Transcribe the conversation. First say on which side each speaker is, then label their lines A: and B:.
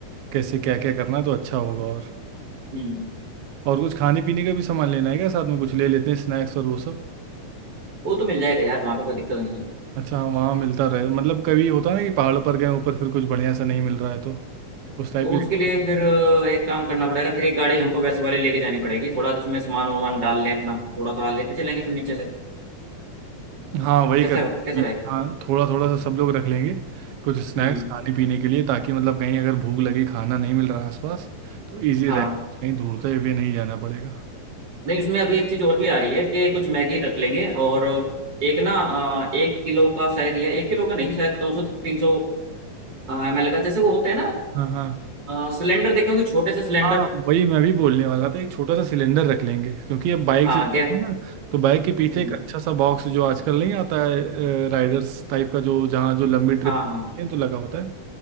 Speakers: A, on the right; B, on the right.
A: कैसे क्या क्या करना तो अच्छा होगा और
B: हम्म
A: और कुछ खाने पीने का भी सामान लेना है क्या साथ में कुछ ले लेते हैं स्नैक्स और वो सब
B: वो तो मिल जाएगा यार वहाँ पे कोई दिक्कत नहीं है
A: अच्छा हाँ, वहाँ मिलता रहे मतलब कभी होता ना कि पहाड़ों पर गए ऊपर फिर कुछ बढ़िया सा नहीं मिल रहा है तो उस टाइप
B: तो
A: की
B: उसके
A: दिक्कत-
B: लिए फिर अ, एक काम करना पड़ेगा फिर एक गाड़ी हमको वैसे वाले लेके जानी पड़ेगी थोड़ा जिसमें सामान वामान डाल लें अपना थोड़ा सा लेते चलेंगे फिर नीचे से
A: हाँ वही
B: कैसा
A: कर लेंगे
B: कैसा रहेगा
A: हाँ थोड़ा थोड़ा सा सब लोग रख लेंगे कुछ स्नैक्स
B: हम्म
A: खाने पीने के लिए ताकि मतलब कहीं अगर भूख लगी खाना नहीं मिल रहा आसपास तो ईजी
B: हाँ
A: रहे कहीं ढूंढते हुए नहीं जाना पड़ेगा
B: नहीं उसमें अभी एक चीज और भी आ रही है कि कुछ मैगी रख लेंगे और एक ना अ, एक किलो का शायद या एक किलो का नहीं शायद दो सौ तीन सौ एम एल का जैसे वो होते हैं ना
A: हाँ हाँ
B: अ, सिलेंडर देखे होंगे छोटे से सिलेंडर
A: हाँ वही मैं भी बोलने वाला था एक छोटा सा सिलेंडर रख लेंगे क्योंकि अब बाइक
B: हाँ
A: से चलते
B: गैस
A: हैं ना तो बाइक के पीछे
B: हम्म,
A: एक अच्छा सा बॉक्स जो आजकल नहीं आता है राइडर्स टाइप का जो जहाँ जो लंबी ट्रिप
B: हाँ हाँ
A: तो लगा होता है